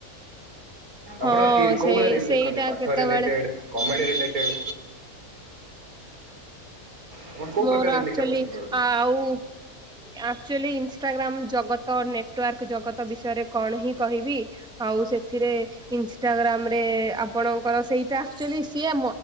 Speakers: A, in the centre; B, on the right.
A: ହଁ
B: ଆପଣ କୋଉ
A: ସେଇ
B: ଭଳିଆ ରିଲ
A: ସେଇଟା
B: ଦେଖନ୍ତି ପାଠ
A: କେତେବେଳେ
B: ରିଲେଟେଡ୍, କମେଡି଼ ରିଲେ ଟେଡ୍। ଆପଣ କୋଉ
A: ମୋର
B: ପ୍ରକାର ରିଲ୍
A: ଆକ୍ଚୁଆଲି
B: ଦେଖିବା ପସନ୍ଦ କରନ୍ତି?
A: ଆଉ ଆକ୍ଚୁଆଲି ଇନଷ୍ଟାଗ୍ରାମ୍ ଜଗତ ନେଟୱାର୍କ ଜଗତ ବିଷୟରେ କଣ ହିଁ କହିବି। ଆଉ ସେଥିରେ ଇନଷ୍ଟାଗ୍ରାମ୍ ରେ ଆପଣଙ୍କର ସେଇଟା ଆକ୍ଚୁଆଲି ସିଏ